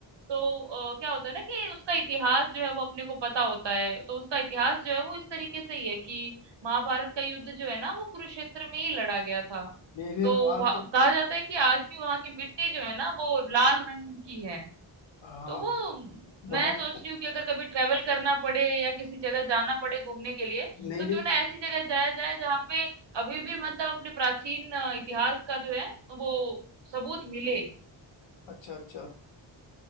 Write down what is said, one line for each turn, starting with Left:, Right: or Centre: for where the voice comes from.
Right: तो अ, क्या होता है ना कि उसका इतिहास जो है वो अपने को पता होता है तो उसका इतिहास जो है वो इस तरीके से ही है कि महाभारत का युद्ध जो है ना वो कुरुक्षेत्र में ही लड़ा गया था
Left: नहीं नहीं
Right: तो
Left: बात
Right: वहाँ- कहा जाता है कि आज भी वहां की मिट्टी जो है ना वो लाल रंग की है
Left: हाँ
Right: तो वो म,
Left: बात
Right: मैं सोच रही हूँ कि अगर कभी ट्रेवल करना पड़े या किसी जगह जाना पड़े घूमने के लिए
Left: नहीं
Right: तो
Left: नहीं
Right: क्यों ना ऐसी जगह जाया जाए जहाँ पे अभी भी मतलब अपने प्राचीन अ, इतिहास का जो है वो सबूत मिले
Left: अच्छा अच्छा